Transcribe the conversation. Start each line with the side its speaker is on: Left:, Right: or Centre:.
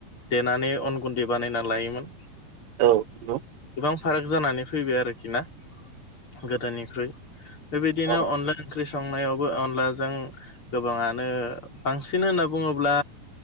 Left: देनानै अन गुन्दै बानायना लायोमोन
Right: औ नंगौ
Left: गोबां। फाराग जानानै फैबाय आरोखि ना गोदोनिख्रुइ बेबायदिनो
Right: औ
Left: अनला ओंख्रि संनायावबो अनलाजों गोबांङानो बांसिन होन बुंङोब्ला